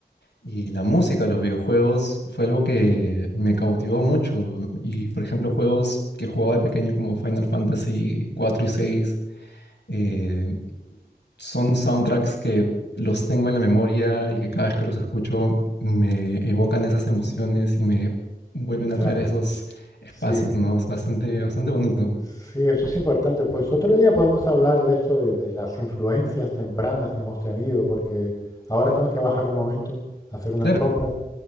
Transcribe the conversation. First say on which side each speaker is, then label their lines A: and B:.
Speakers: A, on the left; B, on the left.
A: y la música de los videojuegos fue algo que me cautivó mucho. Y, por ejemplo, juegos que jugaba de pequeño como Final Fantasy cuatro y seis eh, son soundtracks que los tengo en la memoria y que cada vez que los escucho me evocan esas emociones y me vuelven
B: Claro,
A: a traer esos espacios,
B: sí.
A: ¿no? Es bastante, bastante bonito.
B: Sí, eso es importante. Pues otro día podemos hablar de eso, de, de las influencias tempranas que hemos tenido, porque ahora tengo que bajar un momento a hacer unas
A: Claro,
B: compras,